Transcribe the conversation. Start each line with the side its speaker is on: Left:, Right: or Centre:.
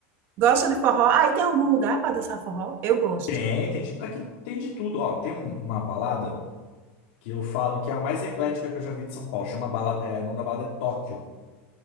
Right: Gosta de forró? Ah, e tem algum lugar para dançar forró? Eu gosto.
Left: Tem, tem, de- aqui tem de tudo. Ó, tem um- uma balada que eu falo que é a mais eclética que eu já vi de São Paulo. Chama balada, é, o nome da balada é Tóquio.